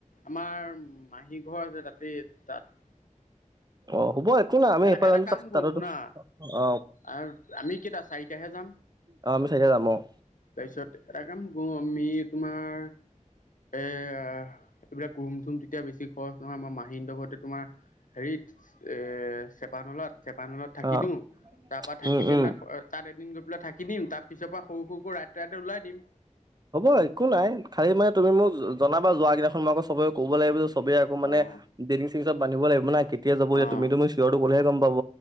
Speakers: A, on the left (about 80°); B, on the right (about 30°).
A: আমাৰ মাহী ঘৰ আছে তাতেই তাত।
B: অ', হ'ব একো নাই আমি
A: এটা এটা
B: <unintelligible>
A: কাম কৰো শুনা আৰু আমি কেইটা চাৰিটাহে যাম?
B: অ' আমি চাৰিটা যাম অ'।
A: তাৰপিছত এটা কাম কৰো আমি তোমাৰ
B: <inaudible>
A: এ এইবিলাক ৰুম চুম তেতিয়া বেছি খৰচ নহয় আমাৰ মাহীহঁতৰ ঘৰতে তোমাৰ হেৰিত এ চেপানলাত চেপানলাত থাকি
B: অ'
A: দিও তাৰ পৰা থাকি
B: উম,
A: পেলাই
B: উম।
A: তাত এদিন পেলাই থাকি দিম তাৰ পিছৰ পৰা সৰু সৰু কৈ ৰাতি ৰাতি ওলাই দিম।
B: হ'ব একো নাই খালি মানে তুমি মোক জনাবা যোৱা আগদিনাখন মই আকৌ চবে ক'ব লাগিব। চবেই আক মানে
A: অ',
B: বেডিং চেদিং চব বান্ধিব লাগিব না। কেতিয়া যাব এতিয়া
A: অ',
B: তুমিতো মোৰ চিয়ৰটো কলেহে গম পাব।